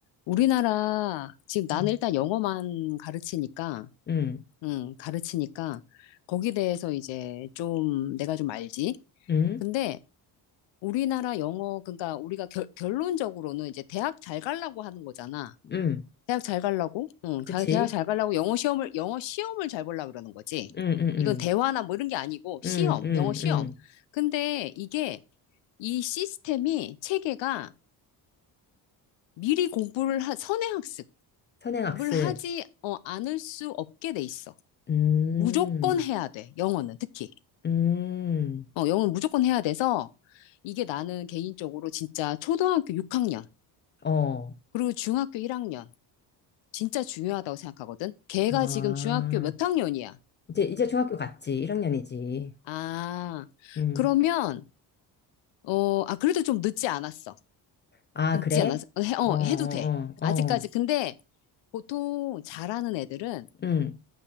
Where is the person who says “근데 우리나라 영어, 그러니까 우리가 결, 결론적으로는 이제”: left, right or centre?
Left